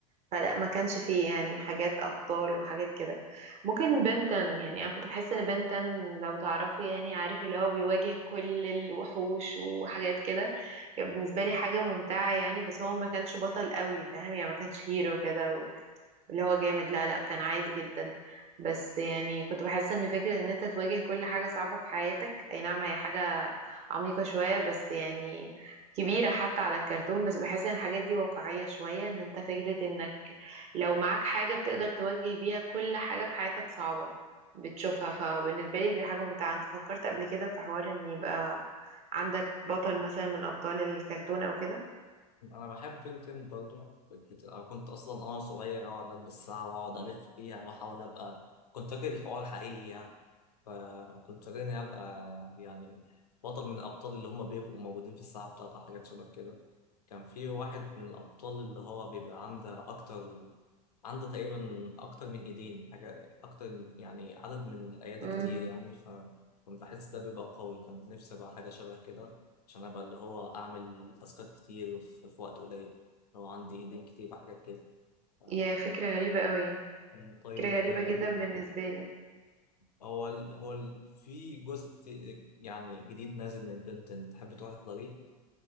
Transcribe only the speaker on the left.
انا بحب بنتين برضو فكرة- أنا كنت اصلا انا صغير اقعد البس ساعة واقعد الف فيها واحاول ابقى كنت فاكر الحوار حقيقي يعني فكنت فاكر اني ابقى يعني بطل من الابطال اللي هم بيبقوا موجودين في الساعة بتاعتها حاجات شبه كده كان في واحد من الابطال اللي هو بيبقى عنده اكتر عنده تقريبا اكتر من ايدين حاجة اكتر يعني عدد من الايادي
كتير يعني فكنت بحس ده بيبقى قوي كان نفسي ابقى حاجة شبه كده عشان ابقى اللي هو اعمل تاسكات كتير في في وقت قليل لو عندي ايدين كتير في حاجات كده آه،
يعني طيب
آه،
هو ال- هو ال- في جزء كتير يعني جديد نازل من البنتن تحب تروح تحضريه